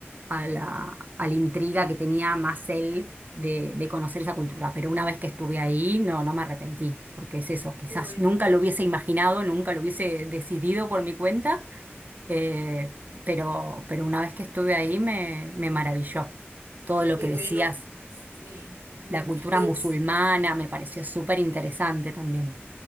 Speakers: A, on the right; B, on the right.
A: a la, a la intriga que tenía más él de, de conocer esa cultura. Pero una vez que estuve ahí, no, no me arrepentí, porque es eso, quizás
B: Qué bueno,
A: nunca lo hubiese imaginado, nunca lo hubiese decidido por mi cuenta, eh, pero, pero una vez que estuve ahí me, me maravilló. Todo lo
B: qué
A: que decías,
B: bueno. Sí. mm.
A: la cultura
B: Es-
A: musulmana, me pareció súper interesante
B: eh,
A: también.